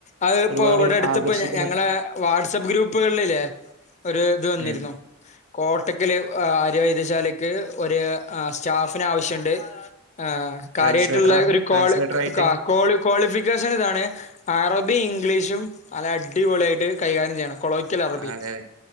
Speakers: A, on the left (about 30°); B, on the right (about 70°).
A: അത ഇപ്പോ
B: ഒരുപാട്
A: ഇവിടെ എടുത്തപ്പോ
B: ആകർഷിക്കണ
A: ഞങ്ങളെ. വാട്സആപ്പ് ഗ്രൂപ്പുകളിൽല്ലേ ഒരു ഇത് വന്നിരുന്നു.
B: ഉം
A: കോട്ടക്കല് അര്യവൈദ്യശാലക്ക് ഒരു സ്റ്റാഫിന് ആവശ്യണ്ട് ആ കാര്യയിട്ടുള്ള
B: ട്രാൻസ്ലേറ്ററാ
A: ഒരു
B: ട്രാൻസ്ലേറ്റർ
A: കോള്
B: ആയിട്ട്
A: ക ക്വാളി ക്വാളിഫിക്കേഷൻ ഇതാണ് അറബും ഇംഗ്ലീഷും അല്ല അടിപൊളിയായിട്ട് കൈകാര്യം ചെയ്യണം കൊളോയ്ക്കൽ അറബി
B: ആ, അതെ അതെ